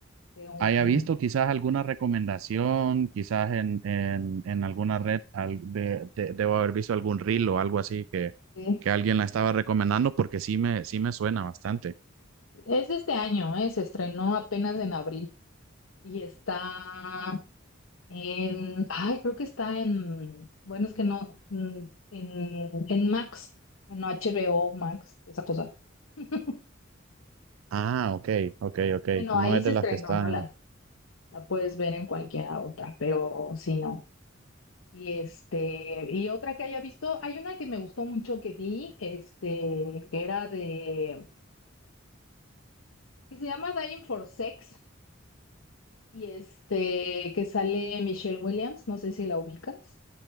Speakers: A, on the left; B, on the right.
A: de un...
B: haya visto quizás alguna recomendación, quizás en, en, en alguna red, al- de- de- debo haber visto algún reel o algo así que,
A: de-
B: que alguien la estaba recomendando porque sí me, sí me suena bastante.
A: Es de este año, ¿eh? Se estrenó apenas en abril y está en, ay, creo que está en, bueno, es que no, mm, en, en Max, bueno, HBO Max, esa cosa. <laughs>
B: Ah, ok, ok, ok.
A: Bueno,
B: No
A: ahí
B: es
A: se
B: de
A: estrenó,
B: las que están,
A: ¿no? La, la puedes ver en cualquiera otra, pero si no. Y este, y otra que haya visto, hay una que me gustó mucho que vi, este, que era de, que se llama Dying for Sex, y este, que sale Michelle Williams, no sé si la ubicas,